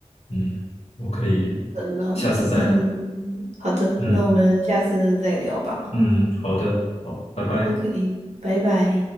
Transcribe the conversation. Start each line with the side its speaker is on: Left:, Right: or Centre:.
Left: 嗯，我可以
Right: 那嗯，
Left: 下次再聊，
Right: 好的，
Left: 嗯
Right: 那我们下次再聊吧。
Left: 嗯，好的，好，拜拜。
Right: 都可以，拜拜。